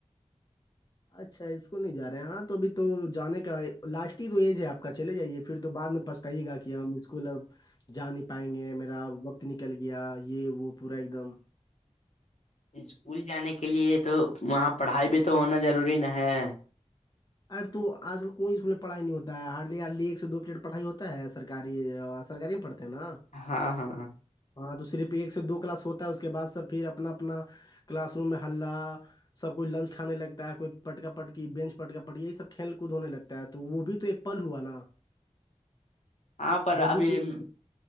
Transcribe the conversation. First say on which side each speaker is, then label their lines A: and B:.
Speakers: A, on the left; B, on the left.
A: اچھا اسکول نہیں جا رہے ہیں ہاں تو ابھی تو جانے کا لاسٹ ہی تو ایج ہے آپ کا چلے جائیے پھر تو بعد میں پچھتائی کہ ہم اسکول اب جا نہیں پائیں گے میرا وقت نکل گیا یہ وہ پورا ایک دم
B: اسکول جانے کے لیے تو وہاں پڑھائی بھی تو ہونا ضروری نہ ہے
A: ارے تو آج کل کوئی اسکول میں پڑھائی نہیں ہوتا ہے ہارڈلیلی ایک سے دو پلیٹ پڑھائی ہوتا ہے سرکاری سرکاری میں پڑھتے ہیں نا
B: ہاں ہاں
A: ہاں تو صرف ایک سے دو کلاس ہوتا ہے اس کے بعد سب پھر اپنا اپنا کلاس روم میں ہلہ سب کوئی لنچ کھانے لگتا ہے کوئی پٹکا پٹکی بینچ پٹکا پٹیا یہ سب کھیل کود ہونے لگتا ہے تو وہ بھی تو ایک پل ہوا نا
B: ہاں پر
A: وہ
B: ابھی
A: بھی تو ایک